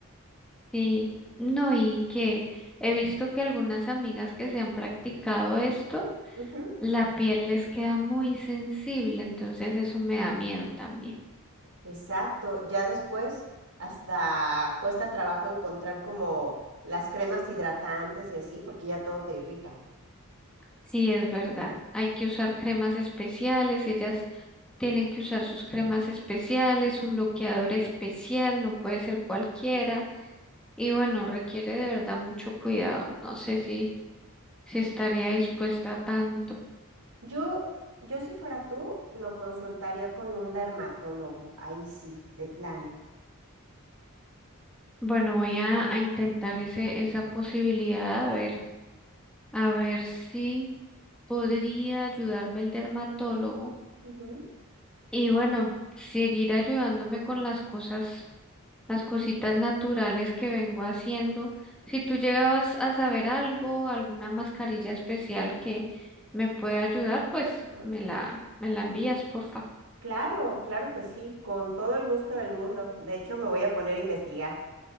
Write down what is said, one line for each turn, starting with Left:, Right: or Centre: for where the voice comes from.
Centre: Sí, no, y que he visto que algunas amigas que se han practicado esto,
Right: Ujú.
Centre: la piel les queda muy sensible, entonces eso me da miedo también.
Right: Exacto, ya después hasta cuesta trabajo encontrar como las cremas hidratantes y así, porque ya todo te irrita.
Centre: Sí, es verdad. Hay que usar cremas especiales, ellas tienen que usar sus cremas especiales, su bloqueador especial, no puede ser cualquiera. Y bueno, requiere de verdad mucho cuidado. No sé si, si estaría dispuesta a tanto.
Right: Yo, yo si fuera tú, lo consultaría con un dermatólogo, ahí sí, de plano.
Centre: Bueno, voy a, a intentar ese, esa posibilidad a ver. A ver si podría ayudarme el dermatólogo.
Right: Ujú.
Centre: Y bueno, seguir ayudándome con las cosas, las cositas naturales que vengo haciendo. Si tú llegabas a saber algo, alguna mascarilla especial que me pueda ayudar, pues
Right: Ajá.
Centre: me la, me la envías, porfa.
Right: Claro, claro que sí, con todo el gusto del mundo. De hecho, me voy a poner a investigar.